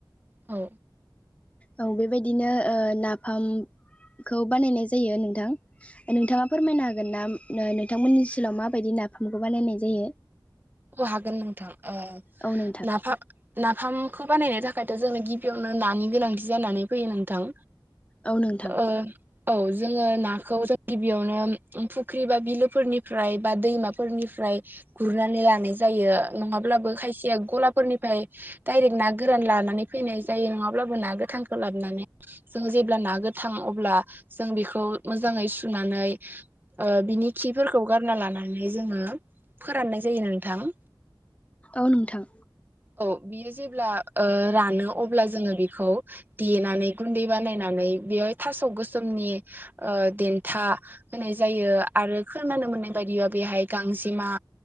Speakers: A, on the right (about 25°); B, on the left (about 15°).
A: औ
B: औ बेबायदिनो नाफामखौ बानायनाय जायो नोंथां नोंथाङा फोरमायनो हागोन ना नोंथांमोननि ओनसोलाव माबायदि नाफामखौ बानायनाय जायो
A: अ हागोन नोंथां
B: औ नोंथां
A: नाफा नाफामखौ बानायनो थाखायथ' जोंनो गिबियावनो नानि गोनांथि जानानै फैयो नोंथां
B: औ नोंथां
A: अ औ जोङो नाखौ जों गिबियावनो फुख्रि बा बिलोफोरनिफ्राय बा दैमाफोरनिफ्राय गुरनानै लानाय जायो नङाब्लाबो खायसेया गलाफोरनिफ्राय डाइरेक्ट ना गोरान लानानै फैनाय जायो नङाब्लाबो ना गोथांखौ लाबोनानै जों जेब्ला ना गोथां अब्ला जों बेखौ मोजाङै सुनानै बिनि खिफोरखौ गारना लानानै जोङो फोराननाय जायो नोंथां
B: औ नोंथां
A: औ बियो जेब्ला रानो अब्ला जोङो बेखौ देनानै गुन्दै बानायनानै बेयाव थास' गोसोमनि देन्था होनाय जायो आरो खोनानो मोननाय बायदिबा बेहाय गांजेमा